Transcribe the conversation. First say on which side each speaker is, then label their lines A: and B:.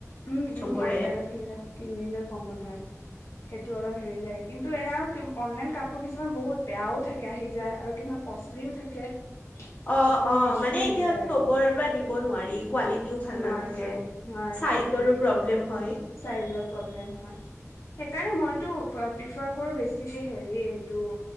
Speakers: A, on the left (about 60°); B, on the left (about 25°).
A: উম
B: চবৰে
A: উম, অনলাইনত কিলে কিনিলে কমন হয়। সেইটো অলপ হেৰি লাগে, কিন্তু এনে আৰু অনলাইন কাপোৰ কিছুমান বহুত বেয়াও থাকে আহি যায় আৰু কিছুমান কষ্টলিও থাকে।
B: অঁ,
A: একো
B: অঁ
A: ইছ্যু
B: মানে
A: হৈ
B: এতিয়া
A: যায় আৰু
B: চবৰে পৰা দিব নোৱাৰি, কোৱালিটিও ভাল
A: নোৱাৰি
B: নাথাকে
A: নোৱাৰি
B: চাইজ
A: সেইটোৱেই
B: <unintelligible> প্ৰব্লেম হয়।
A: চাইজৰ প্ৰব্লেম হয়, সেইকাৰণে মইটো প্ৰিফাৰ কৰো বেছিকে হেৰীয়ে এইটো